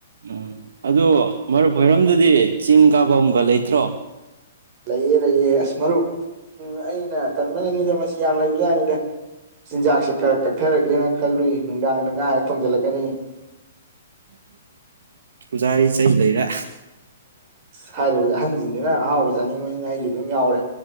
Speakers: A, on the right; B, on the right.
A: ꯎꯝ ꯑꯗꯨ ꯃꯔꯨꯞ ꯍꯣꯏꯔꯝꯗꯨꯗꯤ ꯆꯤꯡ ꯀꯥꯕ ꯑꯃꯝꯒ ꯂꯩꯇ꯭ꯔꯣ
B: ꯂꯩꯑ ꯂꯩꯌꯦ ꯑꯁ ꯃꯔꯨꯞ ꯎꯝ ꯑꯩꯅ ꯀꯟꯕꯅꯗ ꯁꯤ ꯌꯥꯝ ꯂꯩꯕꯖꯅꯤꯗ ꯆꯤꯟꯖꯥꯛꯁꯤ ꯀꯛꯊꯔꯒꯦꯅ ꯈꯜꯂꯨꯏ ꯅꯨꯡꯗꯥꯡꯗ ꯉꯥ ꯍꯦꯛ ꯊꯣꯡꯖꯤꯜꯂꯛꯀꯅꯤ
A: ꯖꯥꯔꯤ ꯆꯩ ꯂꯩꯔ
B: ꯊꯔꯨꯕ ꯑꯍꯟꯁꯤꯡꯗꯨꯅ ꯑꯍꯥꯎꯕ ꯆꯥꯅꯤꯡꯕꯅꯤꯅ ꯑꯩꯁꯨ ꯑꯗꯨꯝ ꯌꯥꯎꯔꯦ